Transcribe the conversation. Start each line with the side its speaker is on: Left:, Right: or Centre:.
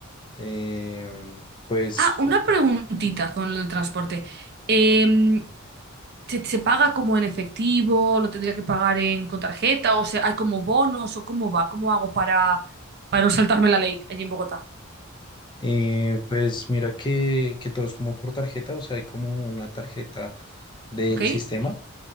Left: em, pues
Right: Ah, una preguntita con el transporte. Em, ¿se, se paga como en efectivo? ¿Lo tendría que pagar en, con tarjeta? ¿O sea, hay como bonos? ¿O cómo va? ¿Cómo hago para, para no saltarme la ley allí en Bogotá?
Left: Eh, pues mira que, que todo es como por tarjeta, o sea, hay como una tarjeta del
Right: ¿Ok?
Left: sistema.